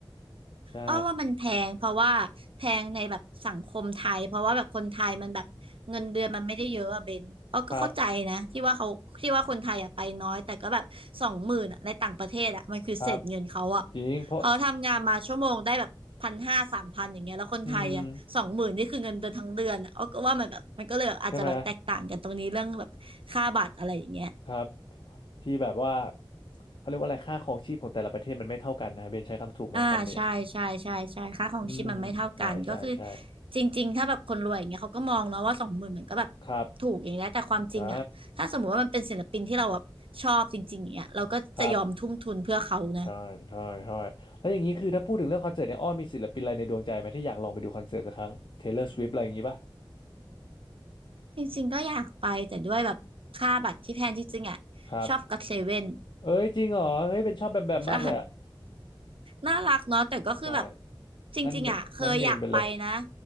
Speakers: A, on the left; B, on the right.
A: ำใช่
B: อ้อว่ามันแพงเพราะว่าแพงในแบบสังคมไทยเพราะว่าแบบคนไทยมันแบบเงินเดือนมันไม่ได้เยอะอะเบนอ้อก็เข้าใจนะที่ว่าเขาที่ว่าคนไทยอะไปน้อยแต่ก็แบบสองหมื่นอะในต่างประเทศอะมันคือเศษเงินเขาอะ
A: ครับครับจริงเพราะ
B: เขาทำงานมาชั่วโมงได้แบบพันห้าสามพันอย่างเงี้ยแล้วคนไทยอะสองหมื่นนี่คือเงินเดือนทั้งเดือนอะอ้อก็ว่ามันแบบมันก็เลยแบบอาจจะแบบแตกต่างกันตรงนี้เรื่องแบบค่าบัตรอะไรอย่างเงี้ย
A: อืมใช่ไหมครับ ที่แบบว่าเขาเรียกว่าอะไรค่าครองชีพของแต่ละประเทศมันไม่เท่ากันนะเบนใช้คำถูกไหมคำนี้
B: อ่าใช่ใช่ใช่ใช่ค่าของชีพมันไม่เท่ากันก็คือ
A: อืมใช่ใช่ใช่
B: จริงๆถ้าแบบคนรวยอย่างเงี้ยเขาก็มองเนาะว่าสองหมื่นมันก็แบบ
A: ครับ
B: ถูกอย่างเงี้ยแต่ความจริงอ่ะถ้าสมมติว่ามันเป็นศิลปินที่เราแบบชอบจริงๆอย่างเงี้ยเราก็จะยอมทุ่มทุนเพื่อเขานะ
A: ใช่ครับใช่ใช่ใช่แล้วอย่างนี้คือถ้าพูดถึงเรื่องคอนเสิร์ตเนี่ยอ้อมีศิลปินอะไรในดวงใจไหมที่อยากลองไปดูคอนเสิร์ตสักครั้ง Taylor Swift อะไรอย่างนี้ป่ะ
B: จริงๆก็อยากไปแต่ด้วยแบบค่าบัตรที่แพงจริงๆอ่ะ
A: ครับ
B: ชอบก็อตเซเว่น
A: เอ้ยจริงเหรอเฮ้ยเป็นชอบแบมแบมมากเลยอะ
B: ใช่น่ารักเนาะแต่ก็คือแบบ
A: ใช่
B: จริงๆอ่ะเคยอยากไปนะ
A: นั่นเมนั่นเมนไปเลย